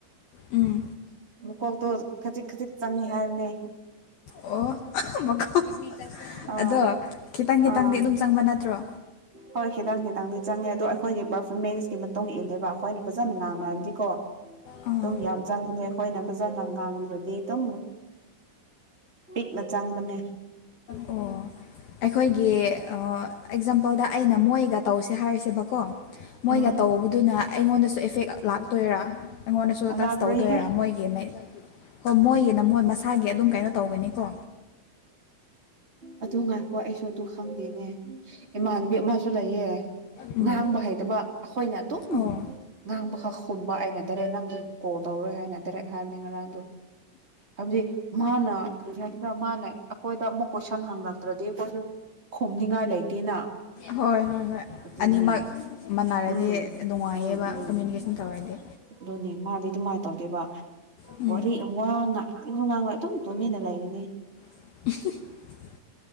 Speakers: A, on the left; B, on the right.
A: ꯎꯝ
B: ꯀ ꯇꯣ ꯈꯖꯤꯛ ꯈꯖꯤꯛ ꯆꯪꯉꯦ ꯍꯥꯏꯕꯅꯦ
A: ꯑꯣ ꯃꯀꯣꯛ
B: ꯑꯥ
A: ꯑꯗꯣ ꯈꯤꯇꯪ ꯈꯤꯇꯪꯗꯤ
B: ꯑꯥ
A: ꯑꯗꯨꯝ ꯆꯪꯕ ꯅꯠꯇ꯭ꯔꯣ
B: ꯍꯣꯏ ꯈꯤꯇꯪ ꯈꯤꯇꯪꯗꯤ ꯆꯪꯉꯦ ꯑꯗꯣ ꯑꯩꯈꯣꯏꯒꯤ ꯄꯔꯐꯣꯔꯃꯦꯟꯁꯀꯤ ꯇꯣꯡ ꯏꯜꯂꯦꯕ ꯑꯩꯈꯣꯏꯅ ꯐꯖꯅ ꯉꯥꯡꯉ ꯃꯥꯗꯤꯀꯣ
A: ꯑꯥ
B: ꯑꯗꯨꯝ ꯌꯥꯝ ꯆꯪꯕꯅꯦ ꯑꯩꯈꯣꯏꯅ ꯐꯖꯅ ꯉꯥꯡꯗ꯭ꯔꯗꯤ ꯑꯗꯨꯝ ꯄꯤꯛꯅ ꯆꯪꯕꯅꯦ
A: ꯑꯣ ꯑꯩꯈꯣꯏꯒꯤ
B: ꯑꯗꯨꯒꯤ
A: ꯑꯦꯛꯖꯥꯝꯄꯜꯗ ꯑꯩꯅ ꯃꯣꯏꯒ ꯇꯧꯁꯦ ꯍꯥꯏꯔꯤꯁꯦ ꯁꯦꯕꯀꯣ
B: ꯎꯝ
A: ꯃꯣꯏꯒ ꯇꯧꯕꯗꯨꯅ ꯑꯩꯉꯣꯟꯗꯁꯨ ꯑꯦꯐꯦꯛ ꯇꯣꯏꯔꯥ ꯑꯩꯉꯣꯟꯗꯁꯨ
B: ꯂꯥꯛꯔꯣꯏꯍꯦ
A: ꯇꯆ ꯇꯧꯗꯣꯏꯔꯥ ꯃꯣꯏꯒꯤ ꯍꯣꯏ ꯃꯣꯏꯒꯤ ꯃꯣꯏ ꯃꯁ ꯊꯥꯒꯤ ꯑꯗꯨꯝ ꯀꯩꯅꯣ ꯇꯧꯒꯅꯤꯀꯣ
B: ꯑꯗꯨ ꯉꯥꯏꯥꯛꯈꯣ ꯑꯩꯁꯨ ꯑꯗꯨ ꯈꯪꯗꯦꯅꯦ ꯏꯃꯥꯟꯕꯤ ꯑꯃꯁ ꯁꯨ ꯂꯩꯌꯦꯦ
A: ꯎꯝ
B: ꯉꯥꯡꯕ ꯍꯩꯗꯕ ꯑꯩꯈꯣꯏꯅ ꯑꯗꯨꯝ
A: ꯑꯣ
B: ꯉꯥꯡꯕꯈꯛ ꯃꯥ ꯑꯩꯅ ꯗꯥꯏꯔꯦꯛ ꯅꯪ ꯀꯣꯜ ꯇꯧꯔꯣꯏ ꯍꯥꯏꯅ ꯗꯥꯏꯔꯦꯛ ꯍꯥꯏꯕꯅꯤ ꯉꯔꯥꯡꯗꯣ ꯁꯕꯖꯤ ꯃꯥꯅ ꯀꯔꯤꯅꯁꯤꯗ ꯃꯥꯅ ꯑꯩꯈꯣꯏꯗ ꯑꯃꯨꯛ ꯀꯣꯏꯁꯟ ꯍꯪꯉꯛꯇ꯭ꯔꯗꯤ ꯑꯩꯈꯣꯏꯁꯨ ꯈꯣꯝꯅꯤꯡꯉꯥꯏ ꯂꯩꯇꯦꯅ
A: ꯍꯣꯏ ꯍꯣꯏ ꯍꯣꯏ
B: ꯑꯗꯨꯅꯦ
A: ꯑꯅꯤꯃꯛ ꯃꯅꯔꯗꯤ
B: ꯎꯝ
A: ꯅꯨꯡꯉꯥꯏꯌꯦꯕ
B: ꯎꯝ ꯎꯝ
A: ꯀꯃ꯭ꯨꯅꯤꯀꯦꯁꯟ ꯇꯧꯔꯗꯤ
B: ꯑꯗꯨꯅꯦ ꯃꯥꯗꯤ ꯑꯗꯨꯃꯥꯏꯅ ꯇꯧꯗꯦꯕ
A: ꯎꯝ
B: ꯋꯥꯔꯤ ꯋꯥꯅ ꯨꯃꯥꯡꯉꯣ ꯑꯗꯨꯝ ꯇꯨꯃꯤꯅ ꯂꯩꯒꯅꯤ
A: <inaudible>